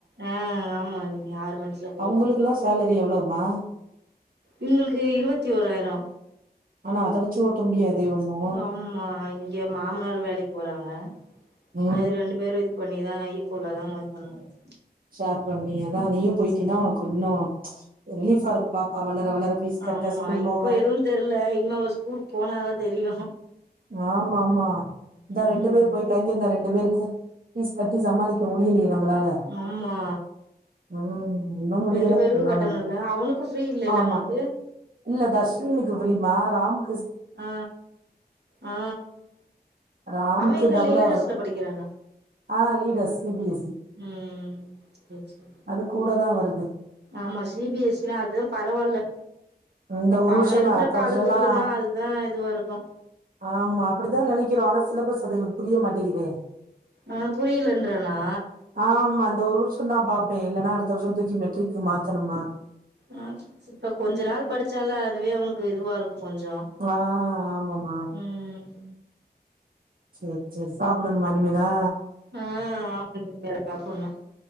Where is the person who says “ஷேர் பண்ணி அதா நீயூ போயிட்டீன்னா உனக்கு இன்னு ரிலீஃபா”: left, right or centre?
Right